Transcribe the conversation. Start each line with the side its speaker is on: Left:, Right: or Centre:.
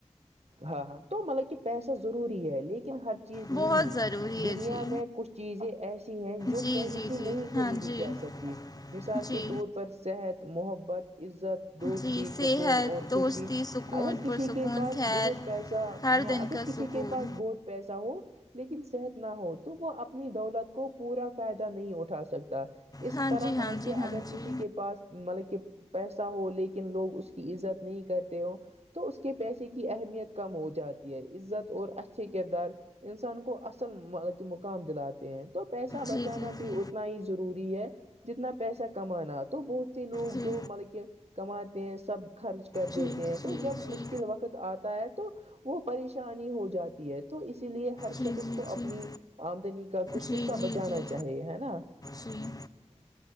Right: ہاں ہاں تو مطلب کہ پیسہ ضروری ہے لیکن ہر چیز نہیں
Left: بہت ضروری
Right: دنیا
Left: ہے جی
Right: میں کچھ چیزیں ایسی ہیں جو
Left: جی
Right: پہلے
Left: جی
Right: سے نہیں
Left: جی
Right: خریدی
Left: ہاں جی
Right: جا سکتی مثال
Left: جی
Right: کے طور پر صحت محبت عزت دوستی
Left: جی صحت
Right: سکون اور خوشی
Left: دوستی سکون
Right: اگر کسی
Left: پرسکون
Right: کے پاس
Left: خیر
Right: بہت پیسہ
Left: ہر
Right: ہاں
Left: دن
Right: اگر
Left: کا
Right: کسی
Left: سکون
Right: کے پاس بہت پیسا ہو لیکن صحت نہ ہو تو وہ اپنی دولت کو پورا فائدہ نہیں اٹھا سکتا اس
Left: ہاں
Right: طرح
Left: جی
Right: مطلب
Left: ہاں
Right: کہ
Left: جی ہاں
Right: اگر کسی
Left: جی
Right: کے پاس مطلب کہ پیسہ ہو لیکن لوگ اس کی عزت نہیں کرتے ہو تو اس کے پیسے کی اہمیت کم ہو جاتی ہے عزت اور اچھے کردار انسان کو اصل مطلب کہ مقام دلاتے ہیں تو پیسہ بچانا
Left: جی جی
Right: بھی
Left: جی
Right: اتنا ہی ضروری ہے جتنا پیسہ کمانا تو بہت لوگ
Left: جی
Right: جو مطلب کہ کماتے ہیں سب خرچ کر
Left: جی
Right: دیتے ہیں تو
Left: جی
Right: جب
Left: جی
Right: مشکل وقت آتا ہے تو وہ پریشانی ہو جاتی ہے تو اسی لیے ہر
Left: جی
Right: شخص
Left: جی جی جی
Right: کو اپنی
Left: جی
Right: آمدنی کا کچھ
Left: جی
Right: حصہ
Left: جی
Right: بچانا
Left: جی
Right: چاہیے ہے نا <inaudible>
Left: جی